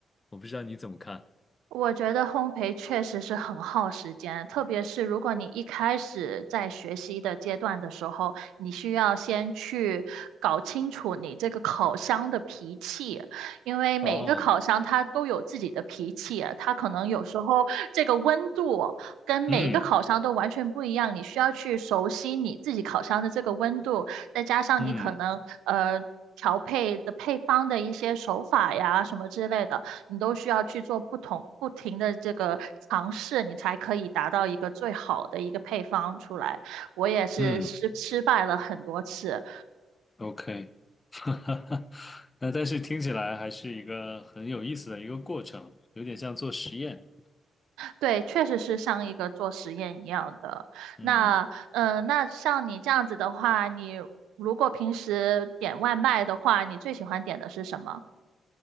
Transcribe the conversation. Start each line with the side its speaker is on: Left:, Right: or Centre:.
Left: 我不知道你怎么看？
Right: 我觉得烘焙确实是很耗时间，特别是如果你一开始在学习的阶段的时候，你需要先去搞清楚你这个烤箱的脾气，因为每一个烤箱它都有自己的脾气啊，
Left: 哦，
Right: 它可能有时候这个温度跟每一个烤箱都完全不一样，
Left: 嗯
Right: 你需要去熟悉你自己烤箱的这个温度，再加上你可能呃。
Left: 嗯
Right: 调配的配方的一些手法呀，什么之类的，你都需要去做不同不停的这个尝试，你才可以达到一个最好的一个配方出来。我也是失失败了很多次，
Left: 嗯，OK，<laughs> 那但是听起来还是一个很有意思的一个过程，有点像做实验。
Right: 对，确实是像一个做实验一样的。
Left: 嗯。
Right: 那嗯、呃那像你这样子的话，你如果平时点外卖的话，你最喜欢点的是什么？